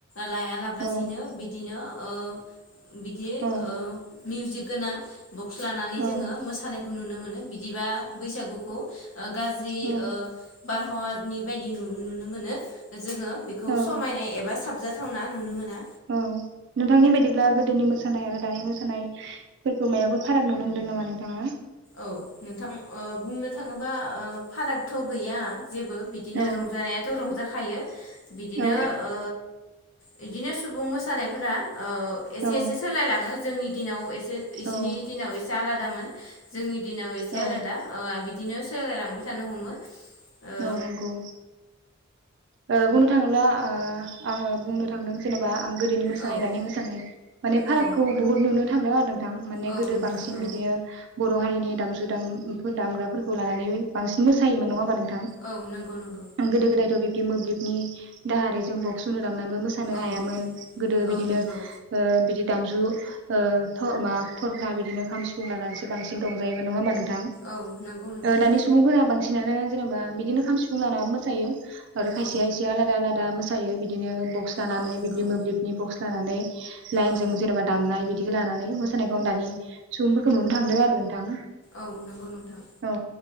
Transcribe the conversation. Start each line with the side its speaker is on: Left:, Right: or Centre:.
Left: लाया लाबासिनो
Right: औ
Left: बिदिनो ओ बिदि
Right: औ
Left: ओ मिउजिक गोनां बक्स लानानै
Right: औ
Left: जोङो मोसानायखौ नुनो मोनो बिदिबा बैसागुखौ ओ गाज्रि
Right: औ
Left: ओ बारहावानि बायदि नुनो मोनो जोङो बेखौ
Right: औ
Left: समायनाय एबा साबजाथावना नुनो मोनो।
Right: औ नोंथांनि बायदिब्ला गोदोनि मोसानाय आरो दानि मोसानायफोरखौ मायबा? फोर फाराग नुनो मोनदों जेनेबा नोंथाङा
Left: औ नोंथां ओ बुंनो थाङोबा ओ फारागथ गैया जेबो बिदिनो
Right: औ
Left: रंजानायाथ रंजाखायो बिदिनो
Right: औ
Left: ओ बिदिनो सुबुं मोसानायफोरा एसे
Right: औ
Left: एसे सोलायलाङो जोंनि दिनाव इसिनि
Right: औ
Left: दिनाव एसे आलादामोन जोंनि दिनाव एसे
Right: औ
Left: आलादा ओ आ बिदिनो सोलायलांबाय थानो हमो ओ
Right: नौ नंगौ ओ बुंनो थाङोब्ला ओ आङो बुंनो थांदों जेनेबा आं गोदोनि मोसानाय
Left: औ
Right: दानि मोसानाय माने फारागखौ
Left: औ
Right: बुहुत नुनो थांदों आरो नों थां माने
Left: औ
Right: गोदो
Left: नोंथां
Right: बांसिन
Left: औ
Right: बिदिनो बर हारिनि दामजु दाम-दामग्राफोरखौ लानानै बांसिन मोसायोमोन नङाबा नों थां
Left: औ नंगौ नंगौ
Right: गोदो गोदायथ बिब्दि मोब्लिबनि दाहारै जों बक्स उनु दामनानैबो मोसानो हायामोन
Left: औ
Right: गोदो बिदिनो
Left: औ नंगौ
Right: ओ बिदि दामजु ओ थ मा थरफा बिदिनो खाम सिफुं लानानैसो बांसिन रंजायोमोन नङा ओमबा नों थां
Left: औ नंगौ नोंथां
Right: ओ दानि सुबुंफोरा बांसिनानो जेनेबा बिदिनो खाम सिफुं लानानै मोसायो आरो खायसेया
Left: औ
Right: आलादा आलादा मोसायो बिदिनो बक्स लानानै
Left: औ नंगौ
Right: बिबदि मोब्लिबनि बक्स लानानै लाइनजों
Left: औ
Right: जेनबा दामनाय बिदिखौ लानानै मोसानायखौ आं दानि सुबुंफोरखौ नुनो थांदों आरो नोंथां
Left: औ नोंगौ नोंथां
Right: औ